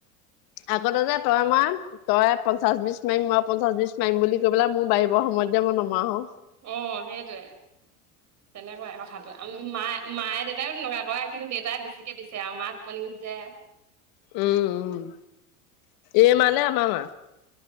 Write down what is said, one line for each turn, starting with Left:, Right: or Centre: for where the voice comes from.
Left: আগতে যে তই মাৰ তই পঞ্চাশ বিশ মাৰিম মই পঞ্চাশ বিশ মাৰিম বুলি কৈ পেলাই মোৰ বাঢিবৰ সময়ত যে মই নমৰা হও।
Right: অ' হেইটোৱে। তেনেকুৱাই কথাটো মায়ে - মায়ে দেউতাই তেনেকুৱা কৰে কিন্তু দেউতাই বেছিকে বিছে আৰু মা টোপনি যায়।
Left: উম, উম, এই মানে আমাৰ মা